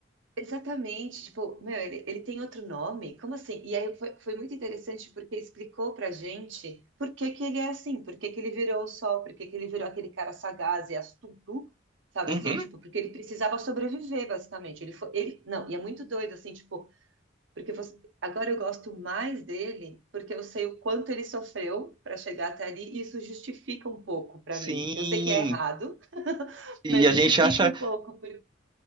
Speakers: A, on the right; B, on the right.
A: Exatamente, tipo, meu, ele, ele tem outro nome? Como assim? E aí foi, foi muito interessante porque explicou pra gente por que que ele é assim, por que que ele virou o sol, por que que ele virou aquele cara sagaz e astuto, sabe
B: Uhum,
A: assim? Tipo, porque ele precisava sobreviver, basicamente. Ele foi, ele, não, e é muito doido, assim, tipo, porque você, agora eu gosto mais dele porque eu sei o quanto ele sofreu pra chegar até ali e isso justifica um pouco pra
B: sim.
A: mim. Eu sei que é errado, <laughs>
B: E
A: mas
B: a
A: justifica
B: gente acha,
A: um pouco. Por...